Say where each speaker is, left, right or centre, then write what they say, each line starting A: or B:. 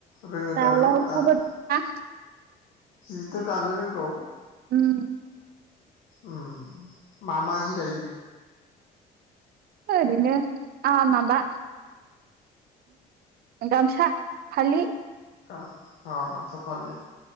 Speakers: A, on the left (about 75°); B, on the right (about 65°).
A: रोङो
B: दालाय
A: दा न'
B: अखा
A: दानो
B: बोथोरना
A: जिथ' दानो रोंगौ
B: उम
A: ओम मा मा जि दायो?
B: ओरैनोनो आ माबा गामसा फालि
A: गाम आ गामसा फालि